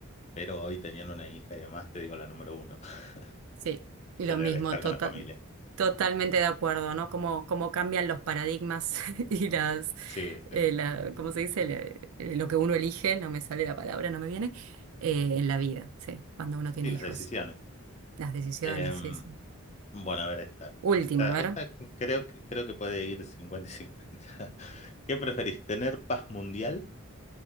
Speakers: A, on the left; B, on the right.
A: pero hoy teniendo una hija y además te digo la número uno, <laughs>
B: Sí, y
A: tener,
B: lo mismo,
A: estar
B: total,
A: con la familia.
B: totalmente de acuerdo, ¿no? Cómo, cómo cambian los paradigmas <laughs> y las,
A: Sí, sí,
B: eh,
A: sí,
B: la,
A: sí.
B: ¿cómo se dice? Le- eh, lo que uno elige, no me sale la palabra, no me viene, eh, en la vida, sí, cuando uno tiene
A: Sí, las
B: hijos,
A: decisiones.
B: las decisiones,
A: Em,
B: sí, sí.
A: bueno, a ver esta.
B: Última,
A: Esta,
B: a ver.
A: esta creo que, creo que puede ir 50 y 50. <laughs> ¿Qué preferís, tener paz mundial